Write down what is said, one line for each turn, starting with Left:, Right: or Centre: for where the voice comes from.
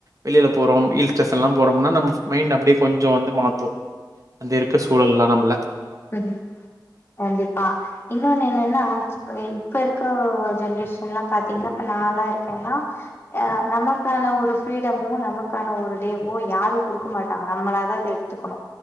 Right: வெளில போறோம் இ டேஷன்லா போறோம்னா நம்ப மைண்ட் அப்டே கொஞ்சோ வந்து மாத்தோ அந்தெருக்க சூழல்ல நம்பள
Left: உ உம் கண்டிப்பா இன்ணொண்னு என்ன ன்ன <unintelligible> இப்ப இர்க்கர ஜென்ரேஷன்லா பாத்தீங்னா இப்ப நா லா இருக்கேன்னா ஆ நமக்கான ஒரு ஃபிரீடமோ நமக்கான ஒரு டேவோ யாரோ குடுக்க மாட்டாங்க நம்மளா தா அத எடுத்துக்கணு